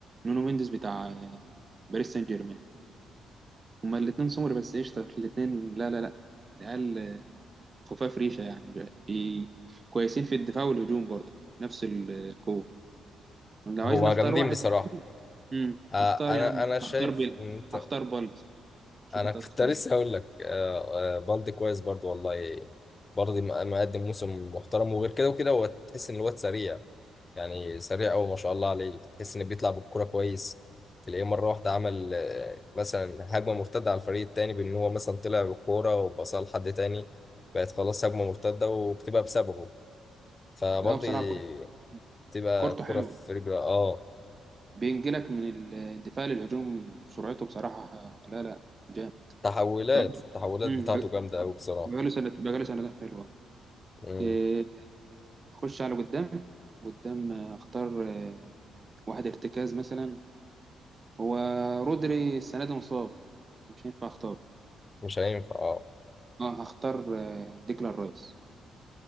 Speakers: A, on the right; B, on the left.
A: نونو مينديز بتاع آه، باريس سان جيرمان هما الاتنين سمر بس قشطة الاتنين لا لا لا العيال خفاف ريشة يعني ب- بي... كويسين في الدفاع والهجوم برضه نفس ال- القوة لو
B: هو
A: عايز نختار
B: جامدين
A: واحد
B: بصراحه
A: امم
B: آه،
A: هختار
B: انا
A: يا عم
B: انا شايف
A: هختار بيلعب
B: ان انت
A: هختار بالدي شوف
B: انا
A: انت
B: كنت
A: هتختار
B: لسه
A: مين.
B: هقول لك آه، آه، بالدي كويس برضو والله برضه م- مقدم موسم محترم وغير كده وكده هو تحس ان الواد سريع يعني سريع قوي ما شاء الله عليه تحس انه بيطلع بالكرة كويس تلاقيه مرة واحدة عمل آه، مثلا هجمة مرتدة على الفريق التاني بان هو مثلا طلع بالكورة وباصها لحد تاني بقت خلاص هجمة مرتدة وبتبقى بسببه فبالدي
A: لا هو بصراحة كور-
B: بتبقى
A: كورته
B: كرة
A: حلوة
B: في رجله اه
A: بينجلك من ال- الدفاع للهجوم بسرعته بصراحة لا لا جامد
B: تحولات
A: بقاله-
B: التحولات
A: امم
B: بتاعته
A: ب-
B: جامدة قوي بصراحة
A: بقاله سنة بقاله سنتين حلوة
B: مم.
A: إيه، اخش على قدام قدام آه، اختار آه، واحد ارتكاز مثلا هو رودري السنة دي مصاب مش هينفع اختار
B: مش هينفع اه
A: اه هختار آه، ديكلان رايس